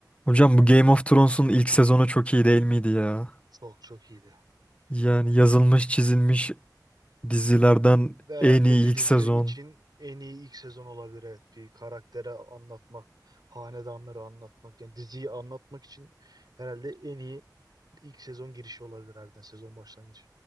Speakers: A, on the left; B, on the right.
A: Hocam bu Game of Thrones'un ilk sezonu çok iyi değil miydi ya?
B: Çok çok iyiydi.
A: Yani yazılmış çizilmiş dizilerden
B: Herhalde
A: en iyi
B: bir
A: ilk
B: dizi
A: sezon.
B: için en iyi ilk sezon olabilir. Evet, bir karaktere anlatmak, hanedanları anlatmak, yani diziyi anlatmak için herhalde en iyi ilk sezon girişi olabilir harbiden sezon başlangıcı.